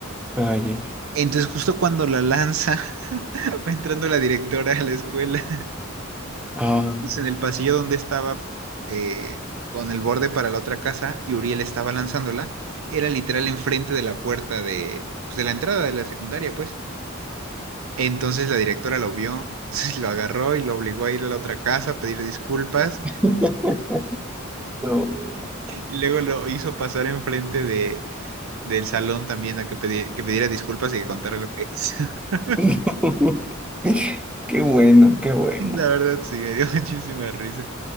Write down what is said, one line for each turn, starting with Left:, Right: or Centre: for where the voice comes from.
Centre: Ay, ay, ay.
Right: Entonces justo cuando la lanza, <laughs> va entrando la directora a la escuela.
Centre: Ah,
Right: pues, en el pasillo donde estaba eh, con el borde para la otra casa y Uriel estaba lanzándola, era literal enfrente de la puerta de, pues, de la entrada de la secundaria, pues. Entonces la directora lo vio, <laughs> entonces lo agarró y lo obligó a ir a la otra casa a pedir disculpas
Centre: <laughs> no.
Right: y luego lo hizo pasar enfrente de, del salón también a que, pedi- que pidiera disculpas y que contara lo que hizo. <laughs>
Centre: <laughs> Qué bueno, qué bueno.
Right: La verdad sí, me dio <laughs> muchísima risa.